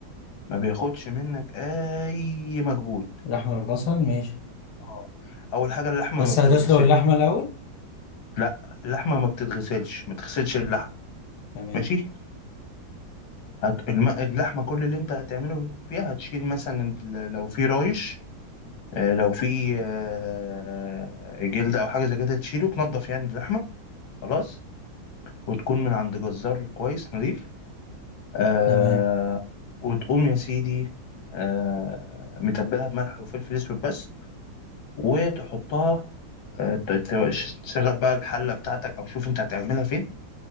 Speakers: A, on the left (about 75°); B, on the left (about 60°).
A: ما بياخدش منك اي مجهود
B: اللحمه والبصل ماشي
A: آه. اول حاجه اللحمه
B: بس
A: ما بتتغسل
B: هتسلق اللحمه الاول
A: لا اللحمه ما بتتغسلش ما تغسلش اللحمه
B: تمام
A: ماشي هت... الم... اللحمه كل اللي انت هتعمله فيها هتشيل مثلا ال- لو في رايش آه، لو في آه، جلد او حاجه زي كده تشيله تنضف يعني اللحمه خلاص وتكون من عند جزار كويس نظيف آه
B: تمام
A: وتقوم يا سيدي آه متبلها بملح وفلفل اسود بس وتحطها آه، ت- ت- تشغل بقى الحلة بتاعتك أو شوف أنت هتعملها فين